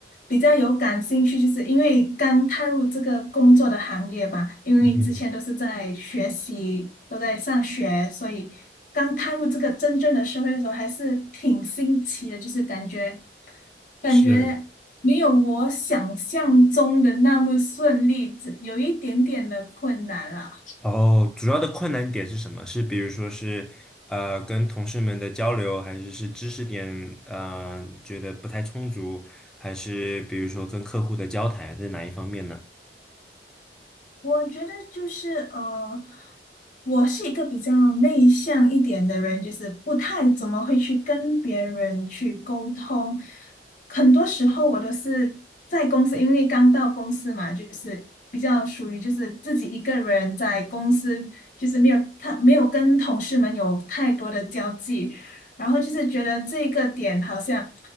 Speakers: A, on the left; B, in the centre.
A: 比较有感兴趣，就是因为刚踏入这个工作的行业嘛，因为之前都是在学习，
B: 嗯，
A: 都在上学，所以刚踏入这个真正的社会的时候，还是挺新奇的，就是感觉感觉没有我想象中的那么顺利，
B: 是。
A: 只有一点点的困难啦。
B: 哦，主要的困难点是什么？是比如说是呃跟同事们的交流，还是是知识点呃觉得不太充足，还是比如说跟客户的交谈，哪一方面呢？
A: 我觉得就是呃。我是一个比较内向一点的人，就是不太怎么会去跟别人去沟通。很多时候我都是在公司，因为刚到公司嘛，就是比较属于就是自己一个人在公司，就是没有他没有跟同事们有太多的交际，然后就是觉得这个点好像